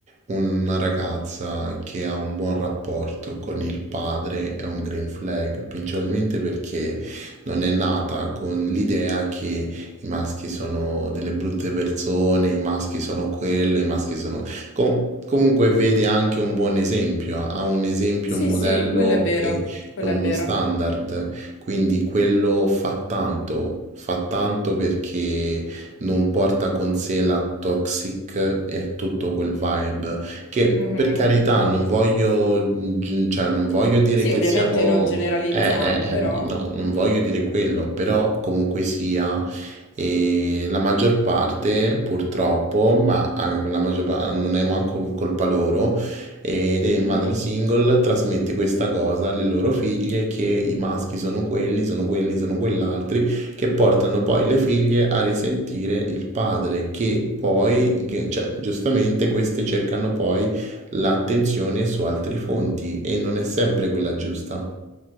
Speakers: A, on the right (about 35°); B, on the left (about 60°).
A: Una ragazza che ha un buon rapporto con il padre è un green flag, principalmente perché non è nata con l'idea che i maschi sono delle brutte persone, i maschi sono quello, i maschi sono... Com- comunque vede anche un buon esempio, ha un esempio,
B: Sì,
A: un modello
B: sì, quello è vero,
A: e,
B: quello
A: e uno
B: è vero.
A: standard, quindi quello fa tanto, fa tanto perché non porta con sé la toxic e tutto quel vibe che
B: Mhm.
A: per carità non voglio, gi- cioè, non voglio dire
B: Sì,
A: che
B: ovviamente
A: siamo,
B: non generalizziamo,
A: eh, eh, eh,
B: però...
A: no, non voglio dire quello, però comunque sia, e la maggior parte purtroppo, ma anche la maggior parte non è manco colpa loro, ed è
B: Mhm.
A: madre single, trasmette questa cosa alle loro figlie che i maschi sono quelli, sono quelli, sono quell'altro che portano poi le figlie a risentire il padre, che poi, che- cioè, giustamente queste cercano poi l'attenzione su altre fonti e non è sempre quella giusta.